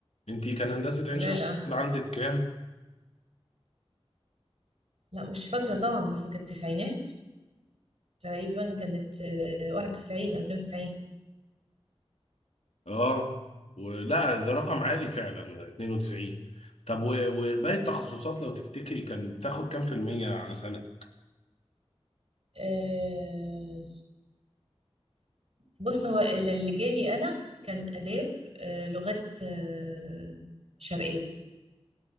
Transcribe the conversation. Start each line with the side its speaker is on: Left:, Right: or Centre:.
Left: انتي كان هندسة عين
Right: لا
Left: شمس
Right: لا
Left: بتاخد عندك كام؟
Right: لا مش فاكره طبعا بس كانت التسعينات تقريبا كانت آه، 91 او 92
Left: اه ولا ده رقم عالي فعلا 92 طب و- وباقي التخصصات لو تفتكري كان بتاخد كام في المية على سنتك؟
Right: آه، بص هو ال- اللي جالي انا كان اداب آه، لغات آه، شرقيه